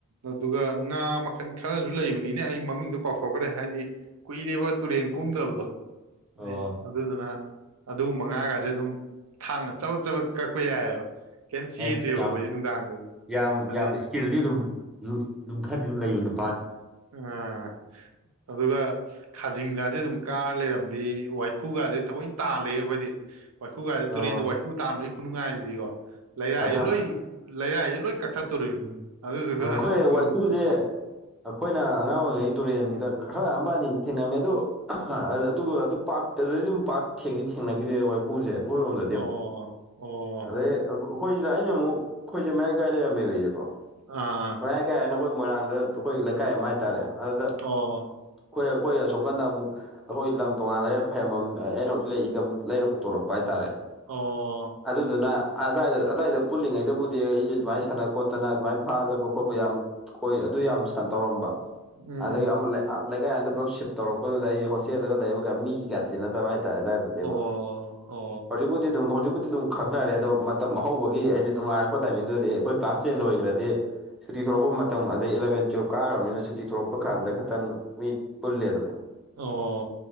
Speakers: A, on the right; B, in the centre.
A: ꯑꯗꯨꯒ ꯉꯥ ꯃꯈꯜ ꯈꯔꯁꯨ ꯂꯩꯕꯅꯤꯅꯦ ꯑꯩ ꯃꯃꯤꯡꯗꯣ ꯀꯥꯎꯊꯣꯛꯈ꯭ꯔꯦ ꯍꯥꯏꯗꯤ ꯀꯨꯏꯔꯦꯕ ꯇꯨꯔꯦꯟ ꯀꯨꯝꯗꯕꯗꯣ ꯑꯩ
B: ꯑꯣ
A: ꯑꯗꯨꯗꯨꯅ ꯑꯗꯨꯒꯨꯝꯕ ꯃꯉꯥꯒꯥꯖꯦ ꯑꯗꯨꯝ ꯊꯥꯡꯅ ꯆꯕꯠ ꯆꯕꯠ ꯀꯛꯄ ꯌꯥꯏꯑꯕ꯫ ꯀꯦꯝ ꯆꯦꯟꯗꯦꯕ
B: ꯑꯩꯁ ꯌꯥꯝ
A: ꯃꯣꯏꯖꯦ ꯅꯨꯡꯗꯥꯡꯗꯗꯤ꯫
B: ꯌꯥꯝ ꯌꯥꯝ
A: ꯑꯗꯩ
B: ꯏꯁꯀꯤꯜꯗꯤ ꯑꯗꯨꯝ ꯑꯗꯨꯝ ꯈꯔꯗꯤ ꯑꯗꯨꯝ ꯂꯩꯕ ꯅꯨ
A: ꯑ ꯑꯗꯨꯒ ꯈꯥꯖꯤꯡꯒꯥꯁꯦ ꯑꯗꯨꯝ ꯀꯥꯔ ꯂꯩꯔꯝꯕꯤ ꯋꯥꯏꯈꯨꯒꯥꯁꯦ ꯊꯑꯣꯏꯅ ꯇꯥꯜꯂꯦ ꯑꯩꯈꯣꯏꯗꯤ ꯋꯥꯏꯈꯨ ꯒꯥꯖꯦ
B: ꯑꯣ
A: ꯇꯨꯔꯦꯟꯗ ꯋꯥꯏꯈꯨ ꯇꯥꯟꯕꯒꯤ ꯈꯨꯅꯨꯡꯉꯥꯏꯖꯤꯗꯤꯀꯣ ꯂꯩꯔꯥꯏꯖꯦ
B: ꯑꯠꯆꯥ
A: ꯂꯣꯏ ꯂꯩꯔꯥꯏꯖꯦ ꯂꯣꯏ ꯀꯛꯊꯠꯇꯣꯔꯤꯃꯤ
B: ꯎꯝ
A: ꯑꯗꯨꯗꯨꯒ
B: ꯎꯝ, ꯑꯩꯈꯣꯏ
A: ꯎꯝ
B: ꯋꯥꯏꯈꯨꯁꯦ
A: <unintelligible>
B: ꯑꯩꯈꯣꯏꯅ ꯑꯉꯥꯡ ꯑꯣꯏꯔꯤꯉꯩ ꯇꯨꯔꯦꯟꯒꯤꯗ ꯈꯔ ꯑꯃ ꯑꯅꯤꯗꯤ ꯊꯦꯡꯅꯝꯃꯦ ꯑꯗꯨ ꯑꯗꯨꯒ ꯑꯗꯨ ꯄꯥꯛ ꯑꯗꯨꯗꯩ ꯑꯗꯨꯝ ꯄꯥꯛ ꯊꯦꯡꯗꯤ ꯊꯦꯡꯅꯒꯤꯗꯔꯦ ꯋꯥꯏ ꯄꯨꯁꯦ ꯑꯩꯈꯣꯏꯔꯣꯝꯗꯗꯤ
A: ꯑꯣ
B: ꯑꯃꯨꯛ
A: ꯑꯣ
B: ꯑꯗꯩ ꯑꯩꯈꯣꯏꯁꯤꯅ ꯑꯩꯅ ꯑꯃꯨꯛ ꯑꯩꯈꯣꯏꯁꯦ ꯃꯌꯥꯏ ꯀꯥꯏ ꯂꯩ <unintelligible>
A: ꯑ ꯑ
B: ꯃꯌꯥꯏ ꯀꯥꯏ ꯍꯥꯏꯗꫭ ꯑꯩꯈꯣꯏ ꯃꯣꯏꯔꯥꯡꯗ ꯑꯩꯈꯣꯏ ꯂꯩꯀꯥꯏ ꯑꯃ ꯍꯥꯏꯇꯥꯔꯦ ꯑꯗꯨꯗ
A: ꯑꯣ
B: ꯑꯈꫭꯏ ꯑꯩꯈꯣꯏ ꯑꯁꯣꯝꯅꯥꯀꯟꯗ ꯑꯃꯨꯛ ꯑꯩꯈꯣꯏ ꯂꯝ ꯇꯣꯉꯥꯟꯅ ꯂꯩꯔ ꯐꯩꯔꯝꯃꯝ ꯑꯩꯅ ꯍꯧꯖꯤꯛ ꯂꯩꯔꯤꯁꯤꯗ ꯑꯃꯨꯛ ꯂꯩꯔ ꯄꯨꯊꯣꯔꯛꯄ ꯍꯥꯏꯇꯥꯔꯦ꯫
A: ꯑꯣ
B: ꯑꯗꯨꯗꯨꯅ ꯑꯗꯥꯏꯗ ꯑꯗꯥꯏꯗ ꯄꯨꯜꯂꯤꯉꯩꯗꯕꯨꯗꯤ ꯑꯩꯖꯦ ꯑꯗꯨꯃꯥꯏ ꯁꯅ ꯈꯣꯠꯇꯅ ꯑꯗꯨꯃꯥꯏꯅ ꯐꯥ ꯆꯠꯄ ꯈꯣꯠꯄ ꯌꯥꯝ ꯈꯣꯏ ꯑꯗꯨ ꯌꯥꯝ ꯇꯧꯔꯝꯕ
A: ꯎꯝ
B: ꯑꯗꯒꯤ ꯑꯃ ꯂꯩ ꯂꯩꯀꯥꯏ ꯑꯃꯗ ꯄꯨꯂꯞ ꯁꯤꯞ ꯇꯧꯔꯛꯄꯗꯨꯗ ꯑꯩꯖꯦ ꯍꯣꯁꯇꯦꯗꯒ ꯂꯩꯕꯒ ꯃꯤꯖꯤ ꯀꯌꯥ ꯇꯤꯟꯅꯗꯕ ꯍꯥꯏꯇꯥꯔꯦ ꯑꯗꯥꯏꯗ ꯗ
A: ꯑꯣ
B: ꯋꯥ
A: ꯑꯣ
B: ꯍꯧꯖꯤꯛꯄꯨꯗꯤ ꯑꯗꯨꯝ ꯍꯧꯖꯤꯛꯄꯨꯗꯤ ꯑꯗꯨꯝ ꯈꯪꯅꯔꯂꯦꯗꯣ ꯃꯇꯝ ꯑ ꯍꯧꯕꯒꯤ ꯍꯥꯏꯗꯤ ꯅꯨꯡꯉꯥꯏꯔꯛꯄ ꯇꯥꯏꯃꯤꯡꯗꯨꯗꯤ ꯑꯩꯈꯣꯏ ꯀ꯭ꯂꯥꯁ ꯇꯦꯟ ꯂꯣꯏꯈ꯭ꯔꯗꯤ ꯁꯨꯇꯤ ꯊꯣꯛꯂꯛꯄ ꯃꯇꯝ ꯑꯗꯩ ꯏꯂꯕꯦꯟ ꯇꯨꯌꯦꯜꯞ ꯀꯥꯈ꯭ꯔꯕꯅꯤꯅ ꯁꯨꯇꯤ ꯊꯂꯛꯄ ꯀꯥꯟꯗ ꯈꯤꯇꯪ ꯃꯤ ꯄꯨꯜꯂꯦꯗꯣ
A: ꯑꯣ